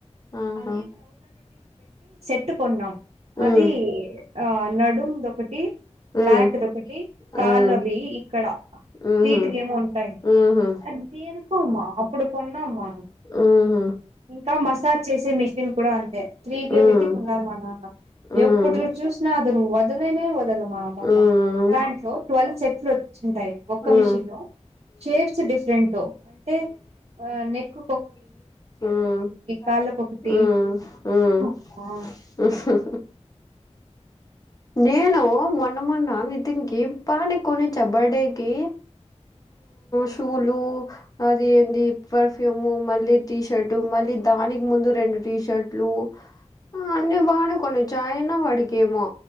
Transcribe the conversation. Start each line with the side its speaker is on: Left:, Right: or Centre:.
Left: ఆహా
Right: ఎట్టుకున్నాం అది
Left: ఉమ్
Right: ఆ నడుంద ఒకటి
Left: ఉమ్
Right: బ్యాక్ అది ఒకటి కాల్వి
Left: ఉమ్
Right: ఇక్కడ
Left: ఉహు
Right: సీటుకి ఏమో ఉంటాయి
Left: ఉహు
Right: అది దేకో అమ్మా అప్పుడు కొన్న అమ్మాను
Left: ఆహ
Right: ఇంకా మసాజ్ చేసే మిషన్ కూడా అంతే త్రీ కేే
Left: ఉమ్
Right: పెట్టి కొన్నారు మా నాన్న
Left: ఉమ్
Right: ఎప్పుడు చూసినా అదను వదలేనే వదలమా అమ్మ
Left: ఉమ్
Right: దాంట్లో ట్వెల్త్ సెట్లు ా ఒ
Left: ఉమ్
Right: మిషన్ షేప్స్ డిఫరెంట్ అంటే నెక్
Left: హ
Right: కాళ్ళకొకటి అమ్మా
Left: నేను మొన్న మొన్న నితినికి పాని కొని చ బర్డేకి షూలు అది ఏంటి పర్ ఫ్యూము మళ్ళీ టీ షర్ట్ మళ్ళీ దానికి ముందు రెండు టీషర్ట్లు అన్ని బానే కొన్ని చాయనా వాడికేమో